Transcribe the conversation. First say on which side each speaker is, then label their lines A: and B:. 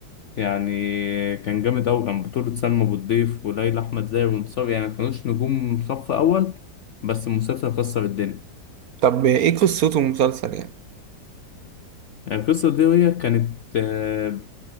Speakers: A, on the left; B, on the right.
A: يعني كان جامد أوي كان بطولة سلمى أبو الضيف وليلى أحمد زاهر وانتصار يعني ما كانوش نجوم صف أول بس المسلسل كسر الدنيا
B: طب ايه قصته المسلسل يعني
A: يعني القصة دي هي كانت آه،